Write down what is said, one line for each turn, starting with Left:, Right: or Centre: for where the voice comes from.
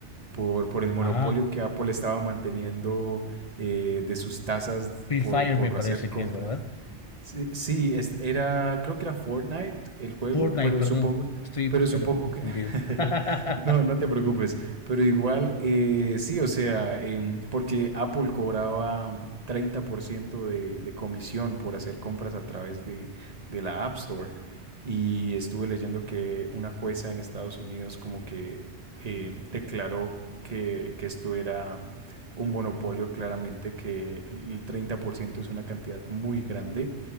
Right: por, por el monopolio
Left: Ah.
Right: que Apple estaba manteniendo eh, de sus tasas
Left: Free
Right: por,
Left: Fire
Right: por
Left: me parece
Right: hacer compras.
Left: que es, ¿verdad?
Right: Sí, sí, es- era, creo que era Fortnite el juego,
Left: Fortnite,
Right: pero
Left: perdón.
Right: supongo,
Left: Estoy,
Right: pero
Left: pero
Right: supongo
Left: confundido.
Right: que, <laughs>
Left: <laughs>
Right: no, no te preocupes, pero igual, eh, sí, o sea, em, porque Apple cobraba mm, 30% de, de comisión por hacer compras a través de, de la App Store, y estuve leyendo que una jueza en Estados Unidos como que eh, declaró que, que esto era mm, un monopolio, claramente, que el 30% es una cantidad muy grande